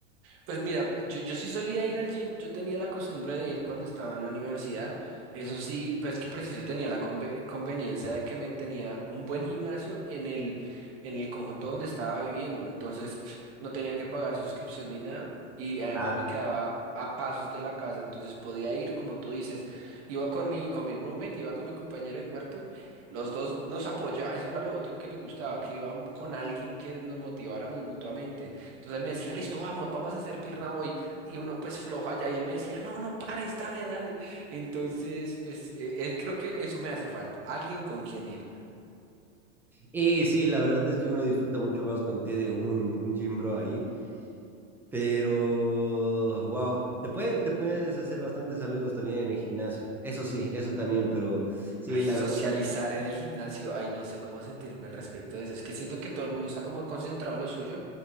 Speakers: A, on the right; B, in the centre.
A: Pues mira, yo, yo sí solía ir al gym, yo tenía la costumbre de ir cuando estaba en la universidad, eso sí, pues que preciso tenía la conve- conveniencia de que me tenía un buen gimnasio en el, en el conjunto donde estaba viviendo, entonces pf, no tenía que pagar suscripción ni nada y además
B: Ah,
A: me quedaba a pasos de la casa, entonces podía ir, como tú dices, iba con mi, con mi roommate, iba con mi compañero de cuarto, los dos nos apoyaba, eso era lo otro que me gustaba, que iba con alguien que nos motiváramos mutuamente. Entonces él me decía, listo, vamos, vamos a hacer pierna hoy. Y uno pues flojo allá y él me decía, no, no pares, dale, dale. Entonces, pues eh, eh, creo que eso me hace falta, alguien con quien ir.
B: Y sí, la verdad es que uno disfruta mucho más cuando tiene un, un gym bro ahí Pero, wow, te pueden, te puedes hacer bastantes amigos también en el gimnasio. Eso sí, eso también, pero sí,
A: Ay,
B: la
A: socializar
B: verdad.
A: en el gimnasio, ay, no sé cómo sentirme al respecto de eso. Es que siento que todo el mundo está como concentrado en lo suyo,